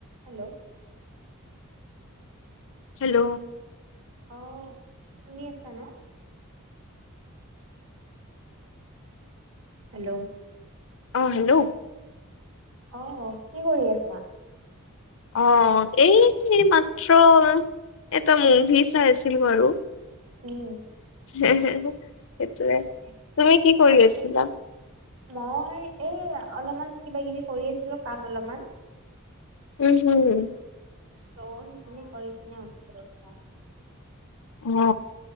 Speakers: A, on the right; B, on the left.
A: Hello? <inaudible>
B: Hello?
A: অ, শুনি আছা ন। হেল্ল'?
B: অঁ, হেল্ল'
A: অ', কি কৰি আছা?
B: অ, এই মাত্ৰ এটা মুভি চাই আছিলো আৰু।
A: উম
B: সেইটোৱে,
A: তাকে
B: তুমি কি কৰি
A: তাকে
B: আছিলা?
A: মই এই অলপমান কিবা, কিবি কৰি আছিলো কাম অলপমান।
B: উম, হুম, উম।
A: ত সেইখিনি কৰি কিনে উঠিছো ৰৱা।
B: অ,